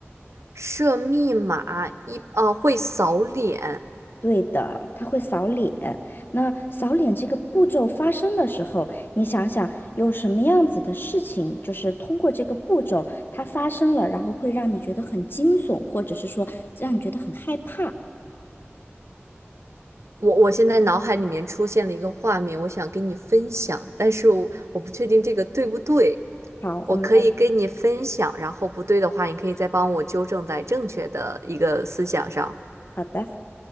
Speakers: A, on the right (about 85°); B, on the left (about 50°).
A: 设密码一，呃，会扫脸。
B: 对的，他会扫脸。那扫脸这个步骤发生的时候，你想想有什么样子的事情，就是通过这个步骤它发生了，然后会让你觉得很惊悚，或者是说让你觉得很害怕。
A: 我我现在脑海里面出现了一个画面，我想跟你分享，但是我我不确定这个对不对。
B: 好，
A: 我可以跟你分享，
B: 我们来，
A: 然后不对的话，你可以再帮我纠正在正确的一个思想上。
B: 好的，